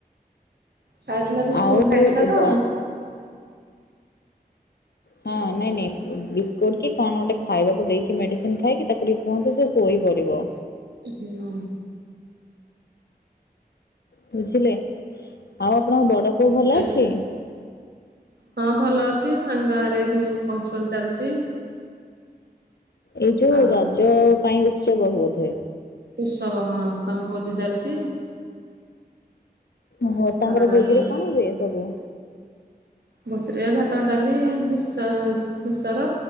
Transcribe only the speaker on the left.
ଆଉ
ବ ହଁ ନାଇଁ ନାଇଁ ବିସ୍କୁଟ କି କଣ ଗୋଟେ ଖାଇବାକୁ ଦେଇକି ମେଡିସିନ ଖାଇକି ତାକୁ ଟିକେ କୁହନ୍ତୁ ସେ ଶୋଇ ପଡିବ।
ବୁଝିଲେ? ଆଉ ଆପଣଙ୍କ ବଡ ପୁଅ ଭଲ
ଅଛି।
ଏଇ ଯୋଉ
ରଜ ପାଇଁ, ଶୁଭ ହଉଥାଏ।
ଓହୋ ତାଙ୍କର
ଭୋଜିରେ କଣ ହୁଏ ସବୁ।